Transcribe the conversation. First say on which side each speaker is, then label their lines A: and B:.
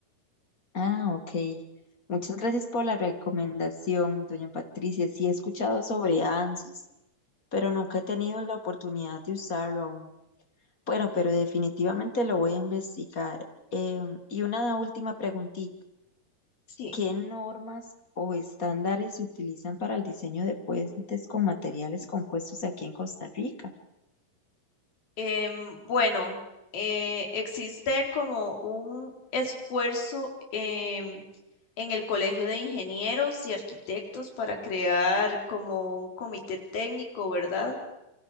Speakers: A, on the left; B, on the left.
A: Ah, ok. Muchas gracias por la recomendación, doña Patricia. Sí, he escuchado sobre ANSYS, pero nunca he tenido la oportunidad de usarlo aún. Bueno, pero definitivamente lo voy a investigar. Em, y una última preguntita.
B: Sí.
A: ¿Qué normas o estándares se utilizan para el diseño de puentes con materiales compuestos aquí en Costa Rica?
B: Em, bueno, eh, existe como un esfuerzo em, en el Colegio de Ingenieros y Arquitectos para crear como un comité técnico, ¿verdad?